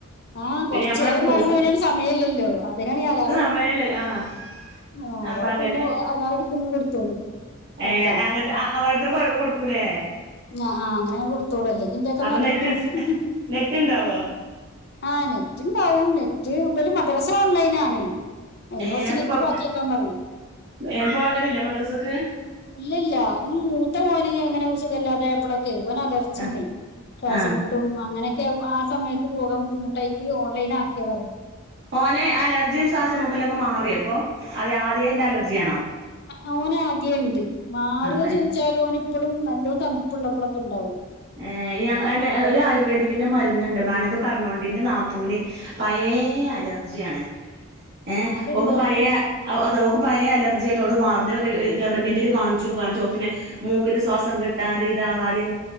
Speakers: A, on the left; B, on the right.
A: ആഹ്
B: പിന്നെ
A: കൊറു
B: നമ്മളാണ്
A: നേരംന്ന്
B: കുടുങ്ങും
A: പറുമ്പോൾ അനൊ സമയമല്ലോ അതിനെയാണഅലാറ
B: <unintelligible> ആ
A: ആ
B: അപ്പൊ
A: അ
B: അങ്ങനെ
A: പിന്നെ എല്ലാവര അടിക്കുമ്പോൾ കൊടുത്തോളും
B: ഏ
A: അടുത്ത ആൾ
B: അങ്ങട്ട് ഓരോരുത്തർക്കും ഓരോന്ന് കൊടുക്കൂലേ
A: ആ ആ അങ്ങനെെ കൊടുത്തോളൂ അല്ലെങ്കി ഇന്റെയൊക്കെ
B: അപ്പൊ
A: മടിയിട്ടും
B: നെറ്റ്
A: ഹി ഹി
B: നെറ്റ് ഇണ്ടാവോ
A: ആഹ നെറ്റ് പോവും നെറ്റ് മദ്രാസ ഓൺലൈൻ ആണ് ഏയ്
B: ഏ
A: കുറച്ചിനെറ്റ്
B: അപ്പൊ
A: ബാക്കിയൊക്കാൻ പറയും.
B: ഏ പോകലില്ലേ മദ്രസക്ക്
A: ഇല്ല ഇല്ല മൂത്ത പോന എങ്ങനെ സുഖല്ലാതെ എപ്പഴൊക്കെ ഓൻ അലർജി
B: ആ
A: ഉണ്ടായി ശ്വാസംമുട്ടും
B: ആ
A: അങ്ങനെയൊക്കെ ആ സമയത്ത് പോകാൻ ബുദ്ധിമുട്ടായിട്ട് ഓൺലൈൻ ആക്കിയത
B: ഓനെ അലർജിയും ശ്വാസംമുട്ടലൊക്കെ മാറി അപ്പൊ അത ആദ്യ എല്ല അലർജിയ ആണോ
A: അവന്ആദ്യണ്ട് മാറോ
B: അത്
A: ചോദിച്ചാലും ഓൻ ഇപ്പോളും നല്ല തണുപ്പുള്ളപ്പോഴൊക്കെ ഉണ്ടാവും.....
B: ഏർ ഞ ഒരു ആയുർവേദിക്കിന്റെ മരുന്ന്ണ്ട് മേനക് പറഞ്ഞോണ്ട്ന്റെ നാത്തൂന്. പയേ ഏ അലർജിയാണ്...... ഏ
A: ആ അതെന്താ
B: ഓക്ക് പഴയ <unintelligible> ഓക്ക് പഴയ അലർജി ആയിട്ട് ഒള്ളത് <unintelligible> ഗവൺമെന്റിൽ കാണിച്ചും കാണിച്ചു. പിന്നെ ഓക്ക് മൂക്കിന് ശ്വാസം കിട്ടാതെ. ഇന്താവതിം